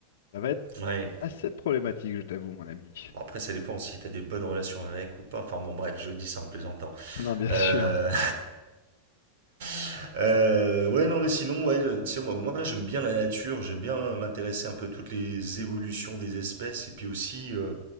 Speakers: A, on the left; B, on the right.
A: ça va être
B: Ouais.
A: assez problématique, je t'avoue, mon ami.
B: Bon, après, ça dépend si t'as des bonnes relations avec ou pas. Enfin bon, bref, je dis ça en plaisantant.
A: <laughs> Non, bien
B: Euh,
A: sûr.
B: <laughs> euh, ouais, non, mais sinon, ouais, c'est moi, moi j'aime bien la nature, j'aime bien m'intéresser un peu à toutes les évolutions des espèces et puis aussi, euh,